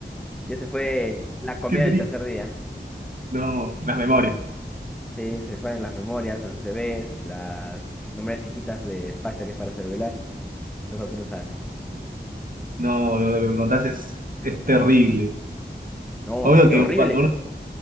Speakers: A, in the centre; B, on the right.
A: Y ese fue la comida
B: qué triste.
A: del tercer día.
B: No, las memorias.
A: Sí, se fueron las memorias, los UCBs, las memorias chiquitas de espacio que es para celular, se fue por un sándwich.
B: No, lo, lo que me contás es, es terrible.
A: No,
B: Obvio
A: sí,
B: que
A: horrible.
B: cuando uno,